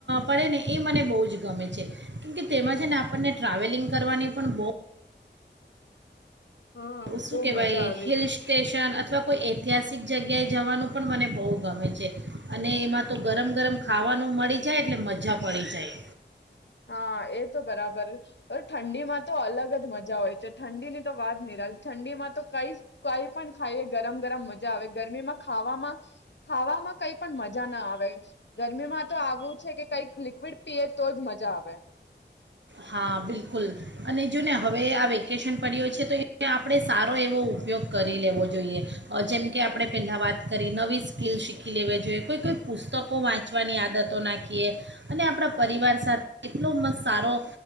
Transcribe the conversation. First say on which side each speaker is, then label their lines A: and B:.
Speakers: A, on the right; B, on the left.
A: પડે ને એ મને બહુ જ ગમે છે, કેમકે તેમાં છે ને આપણને ટ્રાવેલિંગ કરવાની પણ બહુ
B: હા
A: શું
B: બહુ
A: કેવાય
B: મજા આવે
A: હિલ
B: છે.
A: સ્ટેશન અથવા કોઈ ઐતિહાસિક જગ્યાએ જવાનું પણ મને બહુ ગમે છે, અને એમાં તો ગરમ ગરમ ખાવાનું મળી જાય એટલે મજા પડી જાય.
B: હા એ તો બરાબર, ઠંડીમાં તો અલગ જ મજા હોય છે ઠંડી ની તો વાત ન રા ઠંડીમાં તો કઈ કઈ પણ ખાઈ ગરમ ગરમ મજા આવે ગરમીમાં ખાવામાં, ખાવામાં કઈ પણ મજા ના આવે ગરમીમાં તો આવું છે કે કઈક લિક્વિડ પીએ તો જ મજા જાવે
A: હા બિલકુલ અને જોને હવે આ વેકેશન પડ્યું છે તો એ આપણે સારો એવો ઉપયોગ કરી લેવો જોઈએ જેમ કે આપણે પહેલાં વાત કરી નવી સ્કિલ શીખી લેવી જોઈએ કોઈ કોઈ પુસ્તકો વાંચવાની આદતો નાખીએ અને આપણા પરિવાર સાથે એટલો મસ્ત સારો